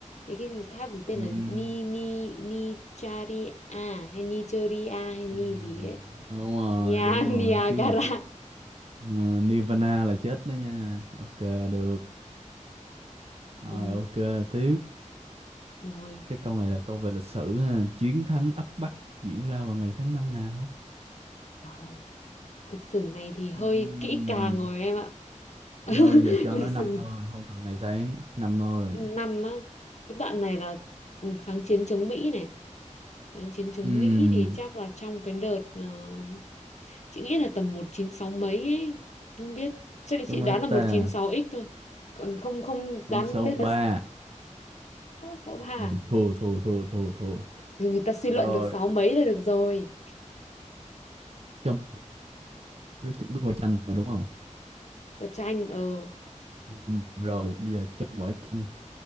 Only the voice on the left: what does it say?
cái cái gì- tháp gì tên
là ni ni ni charia hay nigeria hay ni
gì ấy
Nia
Niagara
<laughs>
ừ.
rồi
Trời ơi. lịch sử này thì hơi
kỹ càng rồi em ạ
<laughs>
lịch
sử
năm á cái đoạn này là ừ, kháng chiến chống Mỹ này kháng chiến chống
Mỹ thì chắc là trong cái đợt ờ, chị nghĩ là tầm 196 mấy ấy không biết chắc là
chị đoán
là một
chín sáu x thôi còn không không
đoán bây giờ <laughs> ba
người ta suy luận
được sáu mấy là được rồi
<laughs> có tranh ờ